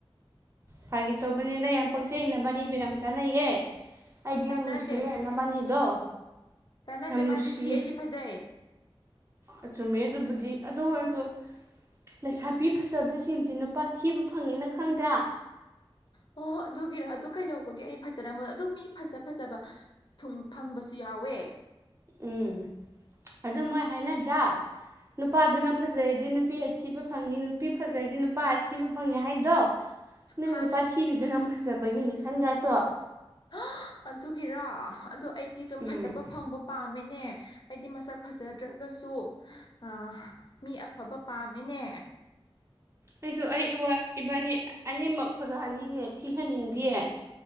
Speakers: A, on the right; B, on the left.
A: ꯐꯥꯒꯤ ꯇꯧꯕꯅꯤꯗ ꯌꯥꯝ ꯄꯛꯆꯩ ꯅꯕꯥꯅꯤꯗꯣ ꯌꯥꯝ ꯆꯥꯅꯩꯌꯦ ꯑꯩꯗꯤ
B: ꯆꯥꯟꯅꯗꯦ
A: ꯌꯥꯝ ꯅꯨꯡꯁꯤꯌꯦ ꯅꯕꯥꯅꯤꯗꯣ
B: ꯆꯥꯟꯅꯗꯦ
A: ꯌꯥꯝ ꯅꯨꯡꯁꯤ
B: ꯃꯥꯗꯤ ꯊꯤ ꯑꯩꯗꯤ ꯐꯖꯩ
A: ꯑꯥ ꯆꯨꯝꯃꯦ ꯑꯗꯨꯕꯨꯗꯤ ꯑꯗꯨ ꯑꯣꯏꯔꯁꯨ ꯂꯩꯁꯥꯕꯤ ꯐꯥꯖꯕꯁꯤꯡꯁꯤ ꯅꯨꯄꯥ ꯊꯤꯕ ꯐꯪꯉꯦ ꯅꯪ ꯈꯪꯗ꯭ꯔꯥ
B: ꯍꯣ ꯑꯗꯨꯒꯤꯔꯣ ꯑꯗꯨ ꯀꯩꯗꯧꯕꯒꯤ ꯑꯩ ꯐꯖꯥꯔꯝꯕ ꯑꯗꯨ ꯃꯤ ꯐꯖꯥ ꯐꯥꯖꯕ ꯊꯨꯨꯡ ꯐꯪꯕꯁꯨ ꯌꯥꯎꯋꯦ
A: ꯎꯝ ꯑꯗꯨ ꯃꯣꯏ ꯍꯥꯏꯅꯗ꯭ꯔꯥ ꯅꯨꯄꯥꯗꯨꯅ ꯐꯥꯖꯔꯗꯤ ꯅꯨꯄꯤ ꯑꯊꯤꯕ ꯐꯪꯉꯤ ꯅꯨꯄꯤ ꯐꯥꯖꯔꯗꯤ ꯅꯨꯄꯥ ꯑꯊꯤꯕ ꯐꯪꯉꯤ ꯍꯥꯏꯗꯣ ꯅꯪ
B: ꯍꯥꯏ
A: ꯅꯨꯄꯥ ꯊꯤꯔꯤꯗꯨ ꯅꯪ ꯐꯥꯖꯕꯒꯤꯅꯤ ꯈꯪꯗ꯭ꯔꯥ ꯇꯣ
B: ꯍ ꯑꯗꯨꯒꯤꯔꯥ ꯑꯗꯣ ꯑꯩꯗꯤ ꯑꯗꯨꯝ
A: ꯎꯝ
B: ꯐꯖꯕ ꯐꯪꯕ ꯄꯥꯝꯃꯦꯅꯦ ꯑꯩꯗꯤ ꯃꯁꯛ ꯐꯖꯗ꯭ꯔꯒꯁꯨ ꯑ ꯃꯤ ꯑꯐꯕ ꯄꯥꯝꯃꯦꯅꯦ
A: ꯑꯩꯁꯨ ꯑꯩ ꯏꯋꯥ ꯏꯕꯥꯅꯤ ꯑꯅꯤꯃꯛ ꯐꯖꯍꯟꯅꯤꯡꯉꯦ ꯊꯤꯍꯟꯅꯤꯡꯗꯤꯌꯦ